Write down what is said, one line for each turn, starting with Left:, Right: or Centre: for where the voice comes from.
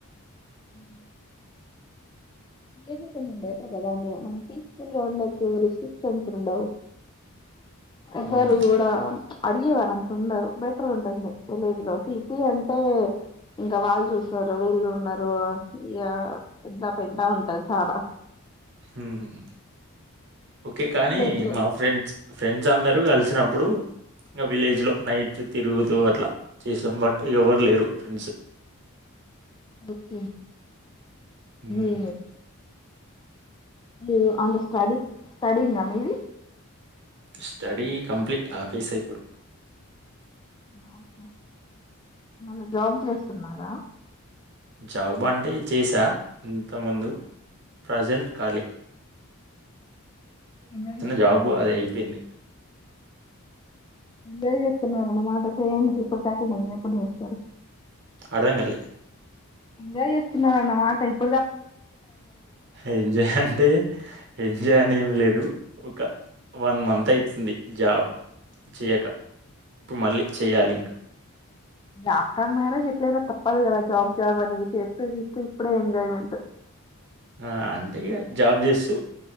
Left: ఉ అంటే మీరు కొంచం బెటర్ కదా అంటే మనం పీస్ఫుల్ గా ఉండచ్చు రిస్ట్రిక్షన్స్ ఉండవు ఎవరు
Right: హ్మ్.
Left: గూడ అడిగేవారు అంత ఉండరు బెటర్ ఉంటంది విలేజ్ లో సిటీ అంటే ఇంకా వాళ్ళు చూసారు వీళ్ళు ఉన్నారు ఇగ పెద్ద పెంట ఉన్ టాది చాలా
Right: ఊహ్ ఓకే కానీ
Left: బెటర్
Right: మా ఫ్రెండ్స్ ఫ్రెండ్స్ అందరూ గలిసినప్పుడు ఇంగ విలేజ్లో నైట్ తిరుగుతూ అట్లా చేసాం బట్ ఎవరు లేరు ఫ్రెండ్స్
Left: ఓకే
Right: హ్మ్.
Left: ఏ మీ అంద స్టడీ స్టడీంగ మీది
Right: స్టడీ కంప్లీట్ ఆపేస ఇప్పుడు
Left: ఆహా మల్ల జాబ్ చేస్తున్నారా
Right: జాబ్ అంటే చేసా ఇంత ముందు ప్రజెంట్ ఖాలీ
Left: ఎంజాయ్ చేస్తున్నారు
Right: జాబు అది అయిపోయింది.
Left: ఎంజాయ్ చేస్తున్నారన్నమాట చేయండి ఇప్పడు కాక ఇంకేప్పుడు చేస్తారు
Right: ఆడుధంగాలే
Left: ఎంజాయ్ చేస్తున్నారన్నమాట ఇప్
Right: ఎంజా అంటే ఎంజా అనేం లేదు ఒక వన్ మంత్ అయితుంది జాబ్ చేయక ఇప్పు మళ్ళీ చెయాలి ఇంకా
Left: ఆఫటర్ మ్యారేజ్ ఎట్లేన తప్పదు కదా జబ్ జాబ్ అనిచేస్తది ఇప్పుడే ఎంజయ్మెంట్
Right: ఆ! అంటే ఇగ జాబ్ చేస్తూ